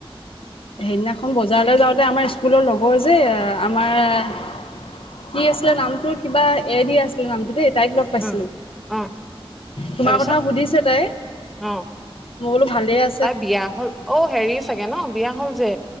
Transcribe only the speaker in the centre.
উম অ
তাৰপিছত
অ
তাই বিয়া হল, অ হেৰি চাগে ন বিয়া হল যে